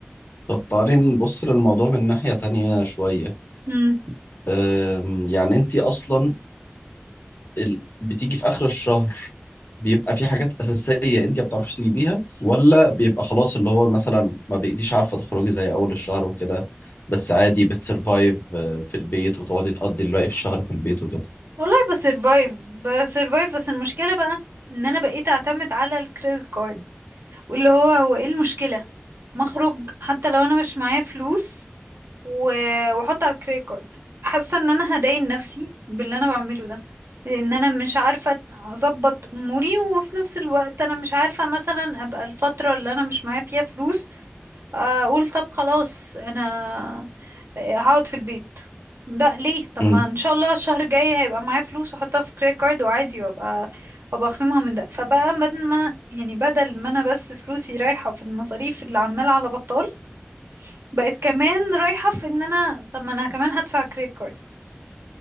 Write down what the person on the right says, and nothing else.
امم
والله بسرفايف بسرفايف بس المشكلة بقى ان انا بقيت اعتمد على الكريدت كارد واللي هو هو ايه المشكلة مخرج حتى لو انا مش معايا فلوس و- واحط على الكريدت كارد حاسه ان انا هداين نفسي باللي انا بعمله ده لان انا مش عارفه اظبط اموري وفي نفس الوقت انا مش عارفه مثلا ابقى الفتره اللي انا مش معايا فيها فلوس اقول طب خلاص انا آه، هقعد في البيت ده ليه طب
ما ان شاء الله الشهر الجاي هيبقى معايا فلوس واحطها في كريدت كارد وعادي وابقى وابقى اخصمها من ده فبقى بدل ما يعني بدل ما انا بس فلوسي رايحه في المصاريف اللي عماله على بطال بقت كمان رايحة في ان انا طب ما انا كمان هدفع كريدت كارد